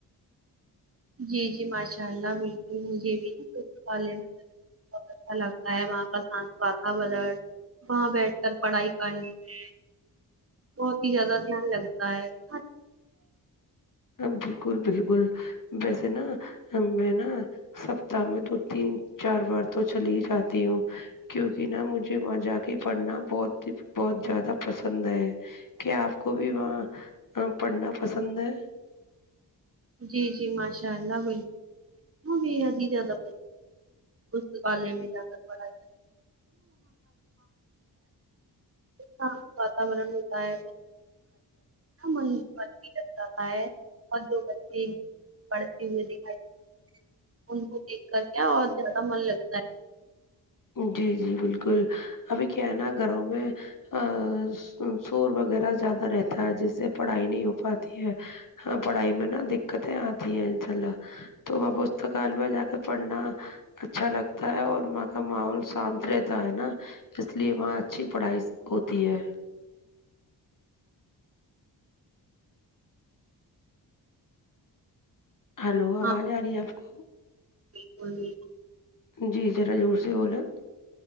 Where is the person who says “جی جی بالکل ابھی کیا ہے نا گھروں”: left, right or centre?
Left